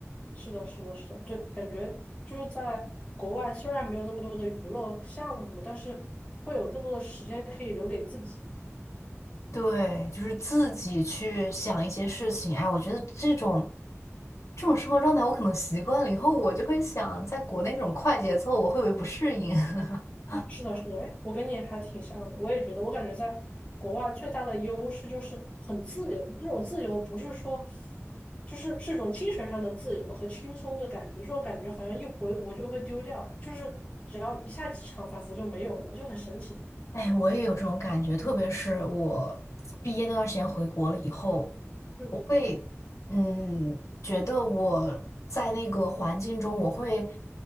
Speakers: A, on the left; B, on the left.
A: 是的，是的，是的，对，感觉就是在国外虽然没有那么多的娱乐项目，但是会有更多的时间可以留给自己。
B: 对，就是自己去想一些事情。哎，我觉得这种这种生活状态，我可能习惯了以后，我就会想，在国内这种快节奏，我会不会不适应？<laughs>
A: 是的，是的，哎，我跟你还挺像的，我也觉得，我感觉在国外最大的优势就是很自由，这种自由不是说，就是是一种精神上的自由和轻松的感觉，这种感觉好像一回国就会丢掉，就是只要一下机场，仿佛就没有了，就很神奇。
B: 哎，我也有这种感觉，特别是我毕业那段时间回国了以后，
A: 嗯
B: 我会嗯，觉得我在那个环境中，我会